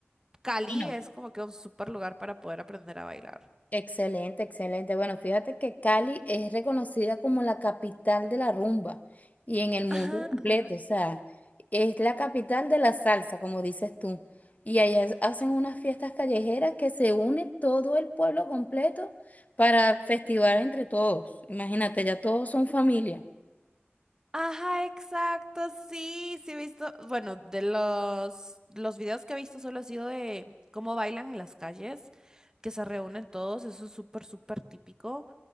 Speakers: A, on the right (about 15°); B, on the left (about 40°).
A: Cali
B: bueno
A: es como que un súper lugar para poder aprender a bailar.
B: Excelente, excelente. Bueno, fíjate que Cali es reconocida como la capital de la rumba y en el mundo
A: Ajá,
B: completo,
A: ajá.
B: o sea, es la capital de la salsa, como dices tú. Y allá es- hacen unas fiestas callejeras que se une todo el pueblo completo para festivar entre todos. Imagínate, ya todos son familia.
A: Ajá, exacto, sí, sí he visto, bueno, de los, los videos que he visto solo ha sido de cómo bailan en las calles, que se reúnen todos, eso es súper, súper típico.